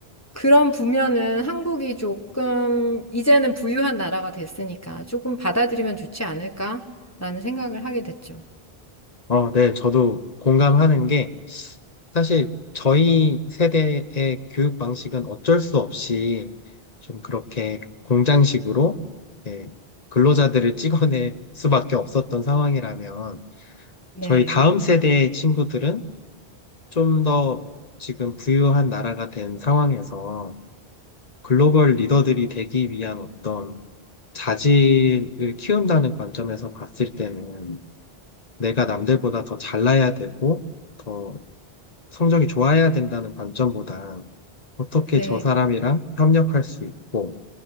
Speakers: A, on the left; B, on the left.
A: 그런 부면은 한국이 조금 이제는 부유한 나라가 됐으니까 조금 받아들이면 좋지 않을까라는 생각을 하게 됐죠.
B: 어, 네, 저도 공감하는 게 사실 저희 세대의 교육 방식은 어쩔 수 없이 좀 그렇게 공장식으로 예, 근로자들을 찍어낼 수밖에 없었던 상황이라면
A: 네.
B: 저희 다음 세대의 친구들은 좀 더 지금 부유한 나라가 된 상황에서 글로벌 리더들이 되기 위한 어떤 자질을 키운다는 관점에서 봤을 때는 내가 남들보다 더 잘나야 되고 더 성적이 좋아야 된다는 관점보다 어떻게
A: 네.
B: 저 사람이랑 협력할 수 있고